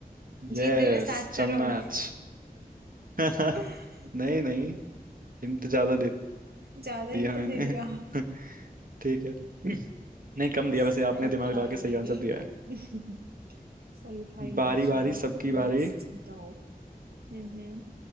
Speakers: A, on the right; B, on the right.
A: यस
B: जीत गई मैं सात
A: चम्मच
B: करोड़
A: <laughs>
B: <laughs>
A: नहीं नहीं हिंट ज्यादा दे
B: ज्यादा हिंट
A: दिया मैंने
B: दे दिया
A: <laughs> ठीक है <clears throat>
B: <laughs>
A: नहीं कम दिया
B: सही
A: वैसे आपने दिमाग
B: था
A: लगा
B: ये
A: के सही आंसर
B: भी
A: दिया
B: <laughs> सही था ये
A: बारी
B: भी चलो
A: बारी सबकी बारी
B: नेक्स्ट दो हम्म